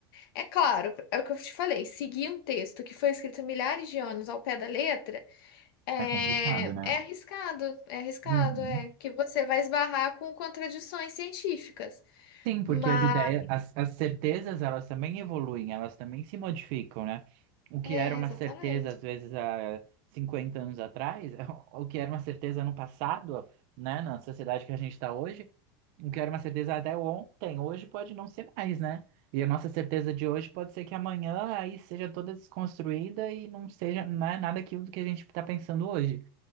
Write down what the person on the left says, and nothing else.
É claro, é o que eu te falei. Seguir um texto que foi escrito há milhares de anos ao pé da letra é,
é arriscado, é arriscado,
é que você vai esbarrar com contradições científicas.
Mas
é
exatamente.